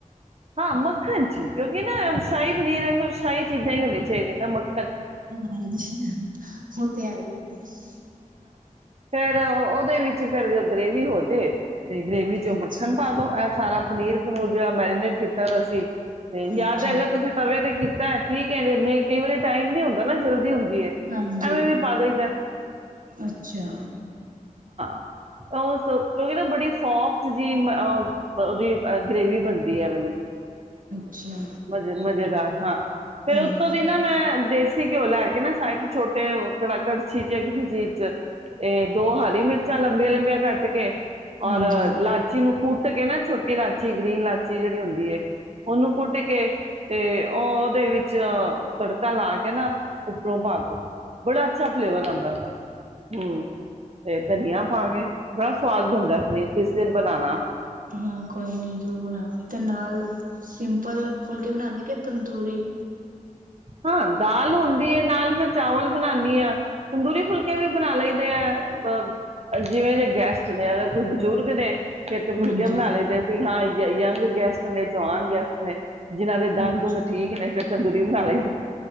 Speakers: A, on the right; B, on the right.
A: ਹਾਂ, ਮੱਖਣ ਚੀ ਕਿਉਂਕਿ ਨਾ ਸ਼ਾਹੀ ਪਨੀਰ ਸ਼ਾਹੀ ਚੀਜ਼ਾਂ ਹੀ ਹੋਣੀ ਚਾਹੀਦੀਆਂ ਨਾ ਮੱਖ
B: <inaudible>
A: ਫਿਰ ਉਹਦੇ ਵਿੱਚ ਫਿਰ ਜੋ ਗ੍ਰੇਵੀ ਹੋ ਜੇ। ਤੇ ਗਰੇਵੀ ਚੋਂ
B: ਅੱਛਾ
A: ਮੱਖਣ ਪਾਦੋ ਐ ਸਾਰਾ ਪਨੀਰ ਪਨੁਰ ਜਿਹੜਾ ਮੈਰੀਨੇਟ ਕੀ <unintelligible> ਜਾਂ
B: ਅੱਛਾ
A: ਤਾਂ ਅਗਰ ਤੁਸੀਂ ਤਬੇ ਤੇ ਕੀ <unintelligible> ਨਹੀਂ ਕਈ ਵਾਰੀ ਟਾਈਮ ਨਹੀਂ ਹੁੰਦਾ ਨਾ ਜਲਦੀ ਹੁੰਦਾ। <unintelligible> ਹਾਂ
B: ਹਾਂਜੀ ਅੱਛਾ
A: <unintelligible> ਕਿਉਂਕਿ ਬੜੀ ਸੋਫਟ ਜੀ ਅ ਉਹਦੀ ਮਤਲਬ ਗਰੇਵੀ ਬਣਦੀ ਐ ਏ ਵਾਲੀ।
B: ਅੱਛਾ।
A: ਮਜ਼ੇ ਮਜ਼ੇਦਾਰ ਹਾਂ। ਫਿਰ
B: ਹਮ
A: ਉੱਤੋਂ ਦੀ ਨਾ ਮੈਂ। ਦੇਸੀ ਘਿਓ ਲੈ ਕੇ ਨਾ ਸਾਈਡ ਛੋਟੇ ਕੜਛੀ ਚ ਜਾਂ ਕਿਸੇ ਚੀਜ਼ ਚ। ਏ ਦੋ ਹਰੀ ਜਾਂ ਲੰਬੀਆਂ ਲੰਬੀਆਂ ਕੱਟ ਕੇ
B: ਹਾਂਜੀ
A: ਔਰ ਲਾਚੀ ਨੂੰ ਕੁੱਟ ਕੇ ਨਾ ਛੋਟੀ ਲਾਚੀ ਗ੍ਰੀਨ ਲਾਚੀ ਜਿਹੜੀ ਹੁਂਦੀ ਏ ਉਨੂੰ ਕੁੱਟ ਕੇ ਤੇ ਉਹ ਉਹਦੇ ਵਿੱਚ ਤੜਕਾ ਲਾ ਕੇ ਨਾ ਉੱਪਰੋਂ ਪਾਦੋ। ਬੜਾ ਅੱਛਾ ਫਲੇਵਰ ਆਂਦਾ ਉਹਦਾ। ਹੁੰ, ਤੇ ਧਨੀਆ ਪਾਕੇ ਬੜਾ ਸਵਾਦ ਬਨਦਾ ਏ ਪਨੀਰ, ਕਿਸੀ ਦਿਨ ਬਨਾਨਾ।
B: ਹਾਂ, ਕੋਈ ਨੀ ਜਰੂਰ ਆਂਵਾਂਗੇ ਤੇ ਨਾਲ ਸਿੰਪਲ ਫੁਲਕੇ ਬਨਾਦੇ ਕੇ ਤੰਦੂਰੀ।
A: ਹਾਂ, ਦਾਲ ਹੁੰਦੀ ਏ ਨਾਲ ਮੈਂ ਚਾਵਲ ਬਨਾਨੀ ਆਂ। ਤੰਦੂਰੀ ਫੁਲਕੇ ਵੀ ਬਨਾ ਲਈਦੇ ਏ । ਬ ਅ ਜਿਵੇਂ ਦੇ ਗੈਸਟ ਨੇ ਅਗਰ ਕੋਈ ਬਜ਼ੁਰਗ ਨੇ। ਫੇਰ ਤੇ ਫੁਲਕੇ
B: ਹਾਂਜੀ
A: ਬਨਾ ਲਇਦੇ ਕੋਈ ਹਾਂ ਈ ਯ ਯੰਗ ਗੈਸਟ ਨੇ, ਜਵਾਨ ਗੈਸਟ ਨੇ। ਜਿਨ੍ਹਾਂ ਦੇ ਦੰਦ
B: ਅੱਛਾ
A: ਦੁੰਦ ਠੀਕ ਨੇ ਫਿਰ ਤੰਦੂਰੀ ਬਣਾ ਲਈ